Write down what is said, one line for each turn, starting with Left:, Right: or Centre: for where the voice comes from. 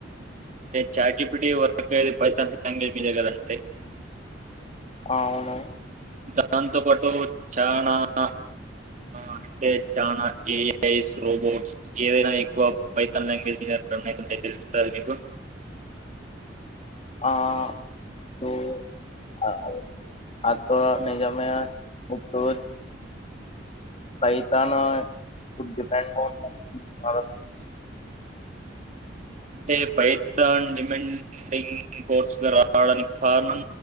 Right: చాట్జిపిటి వర్క్ అయ్యేది పైతాన్ లాంగ్వేజ్ మీదే కదండి.
Left: అవును.
Right: దాంతో పాటు చానా ణా. అంటే చానా ఏఐస్ రోబోట్స్ ఏదైనా ఎక్కువ పైతాన్ లాంగ్వేజ్ మీదే రన్ అయితుంటాయి. తెలుస్తాది నీకు.
Left: ఆహ్ బ్రో ఆహ్. హతోర్ నిజమే <unintelligible> పైతానా డిమాండ్ బాగా.
Right: అంటే పైతాన్ డిమాండింగ్ కోర్సుగా రావడానికి కారణం